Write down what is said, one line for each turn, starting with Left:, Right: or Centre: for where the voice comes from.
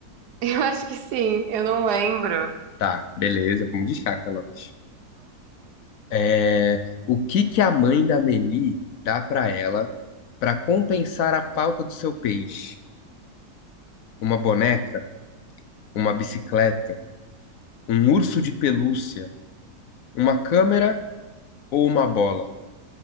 Right: Eu acho que sim, eu não lembro.
Left: Tá, beleza, vamos de chacalote. É, o que que a mãe da Meli dá pra ela pra compensar a falta do seu peixe? Uma boneca, uma bicicleta, um urso de pelúcia, uma câmera ou uma bola?